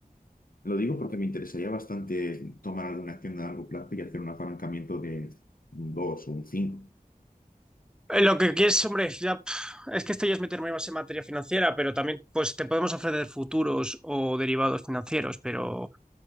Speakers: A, on the left (about 70°); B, in the centre.
A: Lo digo porque me interesaría bastante tomar alguna acción a largo plazo y hacer un apalancamiento de un 2 o un 5.
B: Eh, Lo que quieres, hombre, ya, pf, es que esto ya es meterme más en materia financiera, pero también pues te podemos ofrecer futuros o derivados financieros, pero